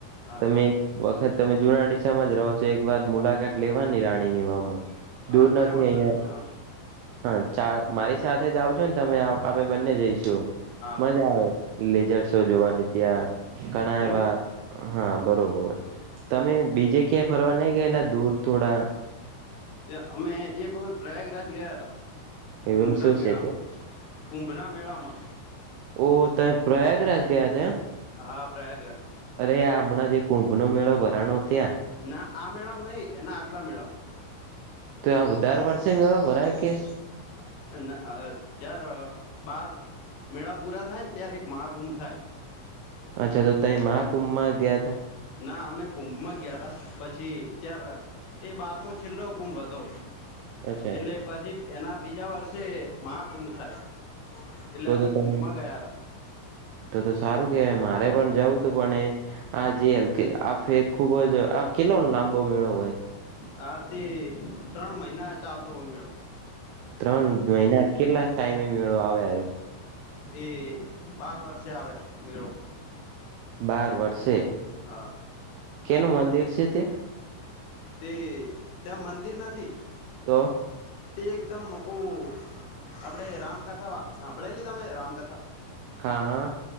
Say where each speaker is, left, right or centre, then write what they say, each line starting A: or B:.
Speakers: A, on the left; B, on the right.
A: હા
B: તમે
A: સા
B: એક વખત તમે જુના ામાં જ રહો છો એક વાર મુલાકાત લેવાની રાણીની વામાં દૂર
A: હા કઈ
B: નથી
A: વાંધો
B: અહિયાં
A: નહી અમે આવશું
B: હા ચા મારી સાથે જ આવજો ને તમે આપે બંને જઈશું.
A: હા
B: મજા
A: તો કઈ
B: આવે
A: વાંધો
B: લેજર શો જોવાની ત્યાં ઘણા
A: એમ
B: એવા હા બરાબર તમે બીજે ક્યાંય ફરવા નહીં ગયેલા દૂર થોડા.
A: તે અમે એક વખત પ્રયાગરાજ ગયા હતા
B: એવમ
A: કુંભના
B: શું
A: મેળામાં.
B: છે ત્યાં
A: કુંભના મેળા મા
B: ઓ ત પ્રયાગરાજ ગયા તા
A: હા પ્રયાગરાજ.
B: અરે આ હમણાં જે કુંભનો મેળો ભરાનો ત્યાં.
A: ના આ મેળામાં નહી એના આગલા મેળામાં
B: તો આ દર વર્ષે મેળો ભરાય કે.
A: <unintelligible> બાર. મેળા પૂરા થાય ને ત્યારે એક મહાકુંભ થાય.
B: અચ્છા તો તં મહાકુંભમાં ગયા ત.
A: ના અમે કુંભમાં ગયા હતાા પછી ત્ય્યારે. એ બારમો છેલ્લો કુંભ હતો.
B: અચ્છા
A: એટલે પછી એના બીજા વર્ષે મહાકુંભ થાય. એટલે
B: તો
A: અમે
B: તો તમે
A: કુંભમાં ગયા હતા
B: તો તો સારું કેવાય મારે પણ જવું તું પણ એ. હા જે હલકે આ ફેર ખુબ જ આ કેલો લાંબો મેળો હોય.
A: હા તે ત્રણ મહિના ચાલતો હોય મેળો.
B: ત્રણ મહિના કેટલા ટાઈમે એ મેળો આવે આ
A: એ બાર વર્ષે આવે મેળો.
B: બાર વર્ષે.
A: હા.
B: કેનો મંદિર છે તે.
A: તે ત્યાં મંદિર નથી.
B: તો.
A: તે એકદમ ઓહ. આપડણેે રામકથા સાંભળેલી તમે રામકથા.
B: હા હા.